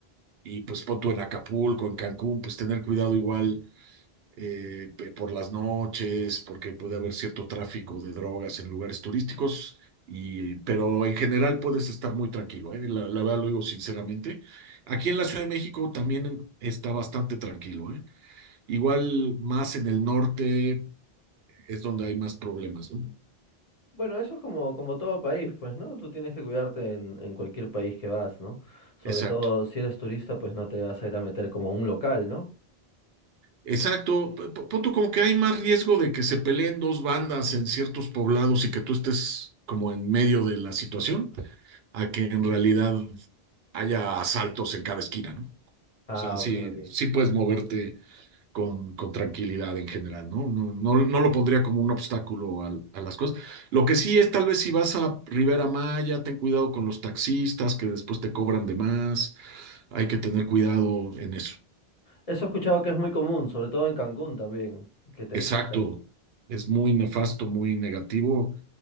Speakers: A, on the right; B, on the left.
A: y pues pon tú en Acapulco, en Cancún, pues tener cuidado igual eh, pe- por las noches, porque puede haber cierto tráfico de drogas en lugares turísticos. Y, pero en general puedes estar muy tranquilo, ¿eh? La, la verdad lo digo sinceramente. Aquí en la Ciudad de México también está bastante tranquilo, ¿eh? Igual más en el norte es donde hay más problemas, ¿no?
B: Bueno, eso es como, como todo país, pues, ¿no? Tú tienes que cuidarte en, en cualquier país que vas, ¿no? Sobre
A: Exacto.
B: todo si eres turista, pues no te vas a ir a meter como a un local, ¿no?
A: Exacto. P- Pon tú como que hay más riesgo de que se peleen dos bandas en ciertos poblados y que tú estés como en medio de la situación, a que en realidad haya asaltos en cada esquina, ¿no?
B: Ah,
A: O sea, sí,
B: ok, ok.
A: sí puedes moverte con, con tranquilidad en general, ¿no? No, no, no lo pondría como un obstáculo al- a, las cosas. Lo que sí es, tal vez si vas a Rivera Maya, ten cuidado con los taxistas que después te cobran de más. Hay que tener cuidado en eso.
B: Eso he escuchado que es muy común, sobre todo en Cancún también, que te
A: Exacto.
B: saltan.
A: Es muy nefasto, muy negativo.